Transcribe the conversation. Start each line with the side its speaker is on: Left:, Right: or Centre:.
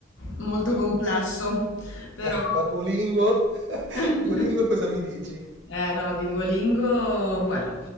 Left: molto complesso, però
Right: Eh, ma Duolingo? <laughs>
Left: dai. <laughs>
Right: Duolingo cosa mi dici?
Left: Eh no, di Duolingo, bueno,